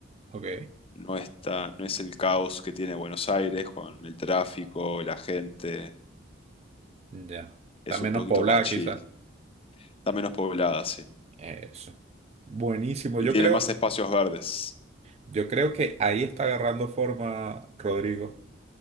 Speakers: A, on the right; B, on the left.
A: ok,
B: No está, no es el caos que tiene Buenos Aires con el tráfico, la gente.
A: ya. Está
B: Es
A: menos
B: un poquito
A: poblada
B: más chill.
A: quizás.
B: Está menos poblada, sí.
A: Eso. Buenísimo.
B: Y
A: Yo
B: tiene
A: creo,
B: más espacios verdes.
A: yo creo que ahí está agarrando forma, Rodrigo,